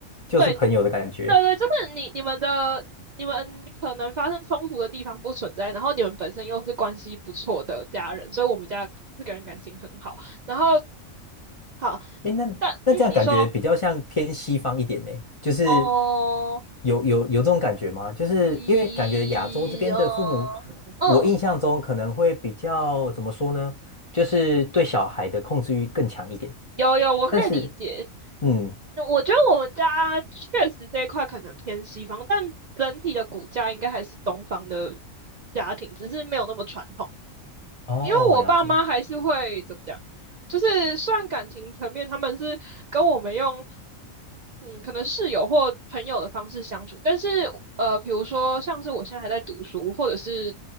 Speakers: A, on the left; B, on the right.
A: 就是朋友的感觉。
B: 对，对对，就是你你们的。你们可能发生冲突的地方不存在，然后你们本身又是关系不错的家人，所以我们家四个人感情很好。然后好，
A: 诶，那那这样感觉比较像偏西方一点呢，
B: 嗯，你说，
A: 就是
B: 哦，
A: 有有有这种感觉吗？就是因为感觉亚洲这边的父母，
B: 一，哦，嗯，
A: 我印象中可能会比较怎么说呢？就是对小孩的控制欲更强一点，
B: 有有，我可以理解。
A: 但是。嗯，
B: 那我觉得我们家确实这一块可能偏西方，但整体的骨架应该还是东方的家庭，只是没有那么传统。
A: 哦，
B: 因为我爸妈还是会怎么讲，
A: 了解，
B: 就是虽然感情层面他们是跟我们用，嗯，可能室友或朋友的方式相处，但是呃，比如说像是我现在还在读书，或者是